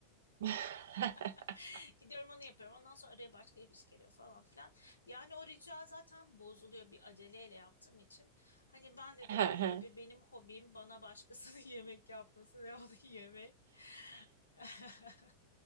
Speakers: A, on the right; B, on the left.
A: <laughs>
B: <laughs> Gidiyorum onu yapıyorum. Ondan sonra araya başka bir iş geliyor falan filan. Yani o rica zaten bozuluyor bir aceleyle yaptığım için. Hani ben de
A: He,
B: dediğim
A: he.
B: gibi benim hobim bana başkasının <laughs> yemek yapması ve onu yemek. <laughs>